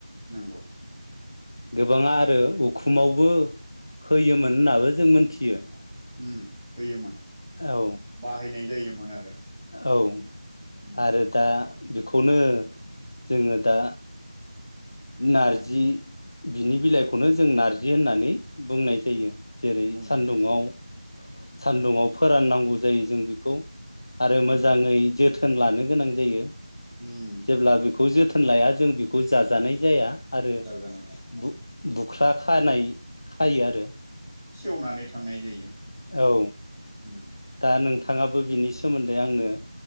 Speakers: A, in the centre; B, on the left.
A: नंगौ
B: गोबाङा आरो उखुमावबो होयोमोन होननाबो जों मोनथियो।
A: उम होयोमोन
B: औ
A: बाहायनाय जायोमोन आरो।
B: औ
A: उम
B: आरो दा बेखौनो जोङो दा नारजि बिनि बिलाइखौनो जों नार्जि होननानै बुंनाय जायो। जेरै
A: बुंनाय
B: सानदुङाव
A: जायो
B: सान्दुङाव फोराननांगौ जायो जों बि खौ आरो
A: उम
B: मोजाङै जोथोन लानो गोनां जायो।
A: उम
B: जेब्ला बेखौ जोथोन लाया जों बेखौ जाजानाय या आरो
A: जाजानाय
B: बु-बुख्रा खानाय खायो आरो।
A: सेवनानै थांनाय जायो।
B: औ
A: उम
B: दा नोंथा थाङाबो बिनि सोमोन्दै आंनो